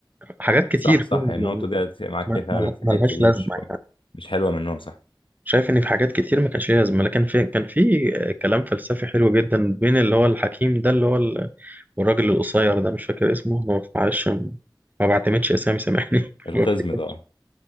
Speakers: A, on the right; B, on the left.
A: حاجات كتير
B: صح صح
A: فيها
B: يعني النقطه
A: يعني
B: دي اتفق معاك
A: ما-
B: فيها فعلا
A: ما-
B: في
A: ملهاش
B: الحته دي
A: لازمه
B: مش
A: يعني
B: مش حلوه منهم صح
A: شايف ان في حاجات كتير ما كانش ليها لازمه لكن في كان في كلام فلسفي حلو جدا بين اللي هو الحكيم ده اللي هو والراجل القصير ده مش فاكر اسمه ما بفعلش ما بعتمدش اسامي سامحني
B: القزم
A: <laughs>
B: ده اه